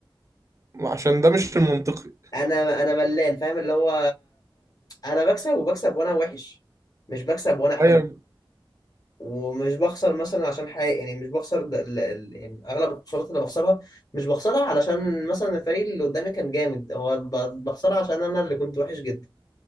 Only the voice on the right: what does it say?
عشان ده مش المنطقي
ايوه